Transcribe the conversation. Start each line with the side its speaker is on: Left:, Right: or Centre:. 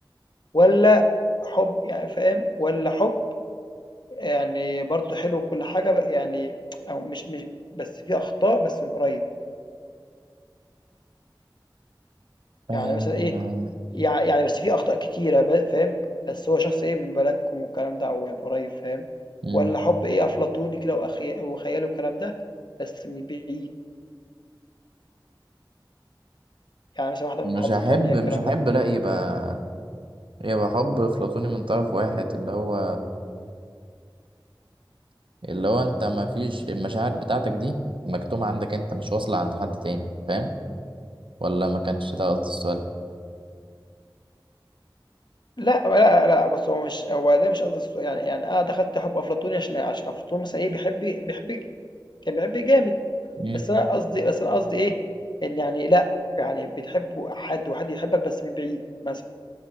Left: والّا حُب يعني فاهم، والّا حُب يعني برضه حلو وكل حاجة ب يعني أو مش مش بس في أخطاء بس من قريب؟
Right: آه،
Left: يعني مثلا إيه يع- يعني بس في أخطاء كتيرة ب- فاهم بس هو شخص إيه من بلدكم والكلام ده أو يعني قريب فاهم
Right: مم.
Left: ولا حب إيه أفلاطوني كده وأخي وخياله الكلام ده بس من بعيد يعني مثلا واحدة
Right: مش
Left: من محافظة
Right: هحب
Left: تانية الكلام
Right: مش هحب
Left: ده
Right: لا يبقى يبقى حب أفلاطوني من طرف واحد اللي هو اللي هو انت ما فيش المشاعر بتاعتك دي مكتومة عندك انت مش واصلة عند حد تاني فاهم ولا ما كانش ده قصدي السؤال
Left: لا لا لا بس هو مش هو ده مش قصدي السؤال. يعني يعني أنا دخلت حب أفلاطوني عشان عشان أفلاطون مثلا إيه بيحب بيحب كان بيحب جامد
Right: امم
Left: بس أنا قصدي بس أنا قصدي إيه إن يعني لا يعني بتحب حد وحد يحبك بس من بعيد مثلا